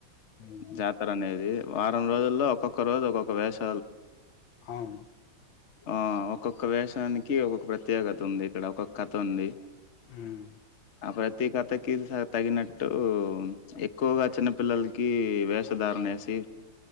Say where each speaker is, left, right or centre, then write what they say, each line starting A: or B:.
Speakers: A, on the left; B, on the left.
A: ఉమ్,
B: జాతర అనేది వారం రోజుల్లో ఒక్కొక్క రోజు ఒక్కొక్క వేసం
A: అవును
B: ఆ ఒక్కొక్క వేషానికి ఒక్కొక్క ప్రత్యేకత ఉంది. ఇక్కడ ఒక్కొక్క కథ ఉంది.
A: ఉమ్
B: ఆ ప్రతికతక్ తగినట్టు ఎక్కువగా చిన్నపిల్లలకి వేషధారణ వేసి